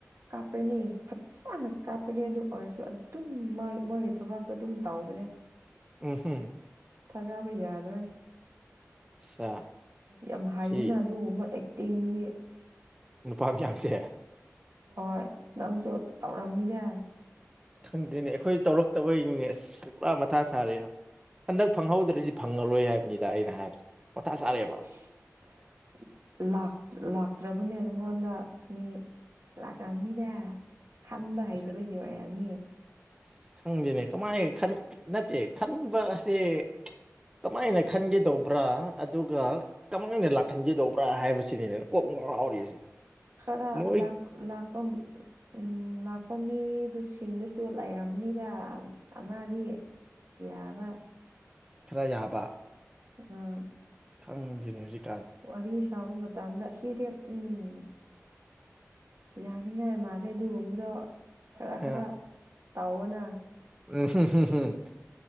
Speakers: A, on the right; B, on the right.
A: ꯀꯥꯞꯄ꯭ꯔꯅꯦ ꯆꯞ ꯆꯥꯅ ꯀꯥꯞꯀꯅꯤ ꯑꯗꯨ ꯑꯣꯏꯔꯁꯨ ꯑꯗꯨꯝ ꯃꯣꯏ ꯃꯣꯏꯒꯤ ꯊꯕꯛꯇꯣ ꯑꯗꯨꯝ ꯇꯧꯕꯅꯦ
B: ꯎ ꯍꯝ
A: ꯊꯥꯖꯕ ꯌꯥꯗ꯭ꯔꯦ
B: ꯁꯥ
A: ꯌꯥꯝ ꯍꯥꯏꯌꯦꯅ
B: ꯁꯤ
A: ꯑꯗꯨꯒꯨꯝꯕ ꯑꯦꯛꯇꯤꯡꯒꯤ
B: ꯅꯨꯄꯥ ꯃꯌꯥꯝꯁꯦ
A: ꯍꯣꯏ ꯅꯪꯁꯨ ꯇꯧꯔꯝꯅꯤꯗ
B: ꯈꯪꯗꯦꯅꯦ ꯑꯩꯈꯣꯏ ꯇꯧꯔꯛꯇꯕꯩꯅꯤꯅꯦ ꯑꯁ ꯄꯨꯔꯥ ꯃꯊꯥ ꯁꯥꯔꯦ ꯍꯟꯗꯛ ꯐꯪꯍꯧꯗ꯭ꯔꯗꯤ ꯐꯪꯉꯔꯣꯏ ꯍꯥꯏꯕꯅꯤꯗ ꯑꯩꯅ ꯍꯥꯏꯕꯁꯦ ꯃꯊꯥ ꯁꯥꯥꯔꯦꯕ
A: <inaudible> ꯂꯥꯛꯇ꯭ꯔꯕꯅꯦ ꯅꯪꯉꯣꯟꯗ ꯃꯤ ꯂꯥꯛꯕꯅꯤꯗꯦ ꯈꯟꯕ ꯍꯩꯇꯕꯒꯤ
B: ꯑꯁ
A: ꯑꯣꯏꯔꯅꯤꯌꯦ
B: ꯑꯁ ꯈꯪꯗꯦꯅꯦ ꯀꯃꯥꯏꯅ ꯅꯠꯇꯦ ꯈꯟꯕꯁꯦ ꯀꯃꯥꯏꯅ ꯈꯟꯒꯗꯧꯕ꯭ꯔꯥ ꯑꯗꯨꯒ ꯀꯃꯥꯏꯅꯅ ꯂꯥꯛꯍꯟꯈꯤꯗꯧꯕ꯭ꯔꯥ ꯍꯥꯏꯕꯁꯤꯅꯤꯅꯦꯅ ꯀꯣꯛ ꯉꯥꯎꯔꯤꯕꯁꯦ
A: ꯈꯔ
B: ꯅꯣꯏ
A: ꯂ ꯂꯥꯛꯄ ꯎꯝ ꯂꯥꯛꯄ ꯃꯤꯗꯨꯁꯤꯡꯗꯨꯁꯨ ꯂꯩꯔꯝꯅꯤꯗ ꯑꯃꯗꯤ ꯌꯥꯕ
B: ꯈꯔ ꯌꯥꯕ
A: ꯑꯥ
B: ꯈꯪꯗꯦꯅꯦ ꯍꯧꯖꯤꯛ
A: ꯋꯥꯔꯤ ꯁꯥꯕ ꯃꯇꯝꯗ ꯑꯁꯤꯗꯤ ꯎꯝ ꯌꯥꯅꯤꯡꯉꯥꯏ ꯃꯥꯂ ꯑꯗꯨꯒꯨꯝꯕꯗꯣ ꯈꯔ
B: ꯑ
A: ꯈꯔ ꯇꯧꯑꯣꯅ
B: ꯎꯝ ꯎꯝ ꯎꯝ